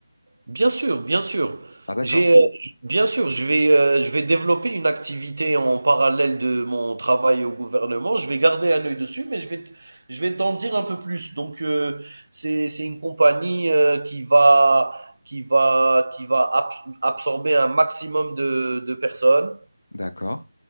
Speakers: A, on the right (about 55°); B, on the left (about 70°).
A: Bien sûr, bien sûr.
B: Ah, d'accord,
A: J'ai, heu, j bien sûr, je vais, heu, je vais développer une activité en parallèle de mon travail au gouvernement. Je vais garder un œil dessus, mais je vais t je vais t'en dire un peu plus. Donc, heu, c'est c'est une compagnie, heu, qui va qui va qui va ab absorber un maximum de de personnes,
B: d'accord.